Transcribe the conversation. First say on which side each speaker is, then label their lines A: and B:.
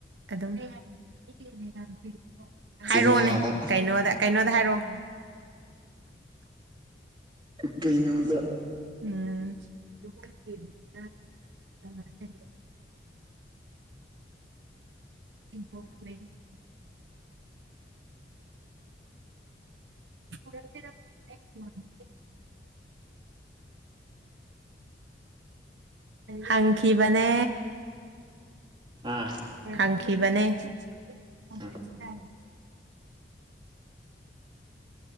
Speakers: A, on the right; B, on the right.
A: ꯑꯗꯨꯝ <unintelligible>
B: ꯆꯤꯡꯌꯥꯗ
A: ꯍꯥꯏꯔꯛꯑꯣꯅꯦ ꯀꯩꯅꯣꯗ ꯀꯩꯅꯣꯗ ꯍꯥꯏꯔꯛꯑꯣ꯫
B: ꯀꯩꯅꯣꯗ
A: ꯎꯝ <unintelligible> <unintelligible> <unintelligible> <unintelligible> ꯍꯪꯈꯤꯕꯅꯦ꯫
B: ꯑꯥ
A: ꯈꯪꯈꯤꯕꯅꯦ <unintelligible>
B: ꯎꯝ